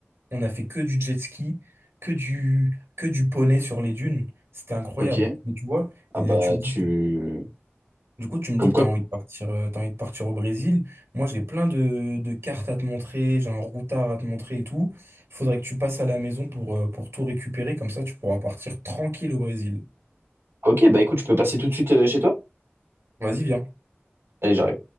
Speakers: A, on the right; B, on the right.
A: On a fait que du jet ski, que du, que du poney sur les dunes. C'était incroyable.
B: ok.
A: Mais tu vois,
B: Ah
A: et
B: bah
A: tu me dis
B: tu...
A: que- du coup, tu me
B: Comme
A: dis que
B: quoi...
A: t'as envie de partir, euh, t'as envie de partir au Brésil. Moi, j'ai plein de, de cartes à te montrer, j'ai un routard à te montrer et tout. Faudrait que tu passes à la maison pour, euh, pour tout récupérer. Comme ça, tu pourras partir tranquille au Brésil.
B: Ok, bah écoute, je peux passer tout de suite euh, chez toi?
A: Vas-y, viens.
B: Allez, j'arrive.